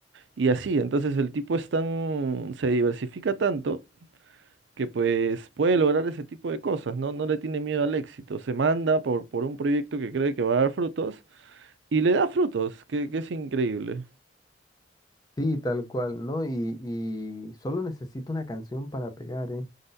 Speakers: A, on the right; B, on the left.
A: Y así, entonces el tipo es tan, se diversifica tanto que pues puede lograr ese tipo de cosas, ¿no? No le tiene miedo al éxito, se manda por, por un proyecto que cree que va a dar frutos y le da frutos, que, que es increíble,
B: Sí, tal cual, ¿no? Y, y solo necesita una canción para pegar, ¿eh?